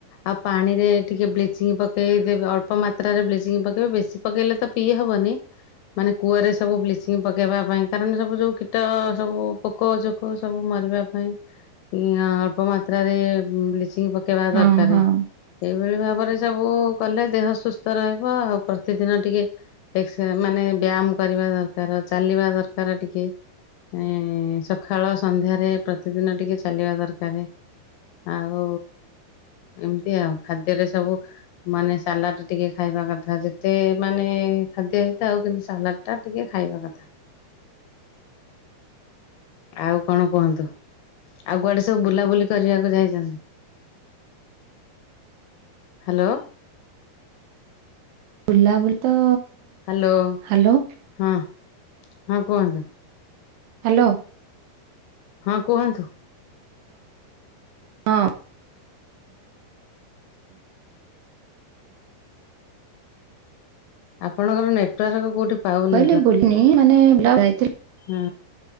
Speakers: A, on the left (about 75°); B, on the right (about 75°).
A: ଆଉ ପାଣିରେ ଟିକେ ବ୍ଲିଚିଂ ପକାଇଦେବେ ଅଳ୍ପ ମାତ୍ରାରେ ବ୍ଲିଚିଂ ପକବେ ବେଶୀ ପକେଇଲେ ତ ପିଇ ହେବନି। ମାନେ କୂଅରେ ସବୁ ବ୍ଲିଚିଂ ପକେଇବା ପାଇଁ କାରଣ ସବୁ ଯୋଉ କୀଟ ସବୁ ପୋକ ଜୋକ ସବୁ ବୁ ମରିବା ପାଇଁ ଆଁ ଅଳ୍ପ ମାତ୍ରାରେ ବ୍ଲି ଚିଂ ପକେଇବା
B: ହଁ
A: ଦରକାର
B: ହଁ
A: ଏଇଭଳି ଭାବରେ ସବୁ କଲେ ଦେହ ସୁସ୍ଥ ରହିବ ଆଉ ପ୍ରତିଦିନ ଟିକେ ଏକ୍ସ ମାନେ ବ୍ୟାୟାମ କରିବା ଦରକାର ଚାଲିବା ଦରକାର ଟିକେ। ଏଁ ସକାଳ ସନ୍ଧ୍ୟାରେ ପ୍ରତିଦିନ ଟିକେ ଚାଲିବା ଦରକାରେ। ଆଉ ଏମିତି ଆଉ ଖାଦ୍ୟରେ ସବୁ ମାନେ ସାଲାଡ ଟିକେ ଖାଇବା। ବା କଥା ଯେତେ ମାନେ ଖାଦ୍ୟ ହେଇଥାଉ କିନ୍ତୁ ସାଲାଡ ଟା ଟିକେ ଖାଇବା କଥା। ଆଉ କଣ କୁହନ୍ତୁ ଆଉ କୁଆଡ଼େ ସବୁ ବୁଲାବୁଲି କରିବାକୁ ଯାଇଛନନ୍ତି। ହ୍ୟାଲୋ।
B: ବୁଲାବୁଲି ତ
A: ହ୍ୟାଲୋ
B: ହ୍ୟାଲୋ
A: ହଁ ହଁ କୁହନ୍ତୁ।
B: ହ୍ୟାଲୋ।
A: ହଁ କୁହନ୍ତୁ।
B: ହଁ।
A: ଆପଣଙ୍କର ନେଟୱାର୍କ କୋଉଠି ପାଉନି
B: କହିଲ ବୁଲିନି ମାନେ ଯାଇଥିଲୁ।
A: ହୁଁ।